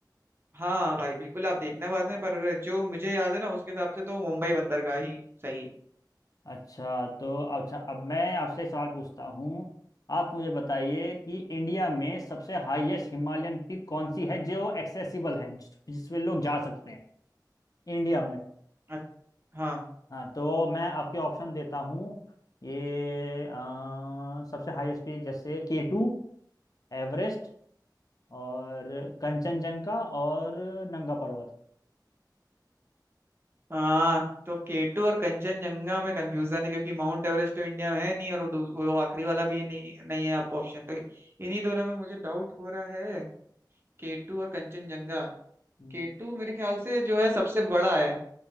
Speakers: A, on the right (about 30°); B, on the left (about 50°).
A: हाँ हाँ भाई बिल्कुल आप देखना बाद में पर जो मुझे याद है ना उसके हिसाब से तो मुंबई बंदरगाह ही सही है
B: अच्छा तो अच्छा अब मैं आपसे एक सवाल पूछता हूँ आप मुझे बताइए कि इंडिया में सबसे हाईएस्ट हिमालयन पीक कौन सी है जो एक्सेसिबल है जिस- जिसपे लोग जा सकते हैं इंडिया में
A: अच्छा, हाँ
B: हाँ तो मैं आपके ऑप्शन देता हूँ ये अ, सबसे हाईएस्ट पीक जैसे के टू एवरेस्ट और कंचनजंगा और नंगा पर्वत
A: हाँ तो केटू और कंचनजंगा में कंफ्यूजन है क्योंकि माउंट एवरेस्ट तो इंडिया में है नहीं और वो दू- वो आखिरी वाला भी नहीं नहीं है आप ऑप्शन तो इन्हीं दोनों में मुझे डाउट हो रहा है केटू और कंचनजंगा
B: हम्म
A: केटू मेरे ख्याल से जो है सबसे बड़ा है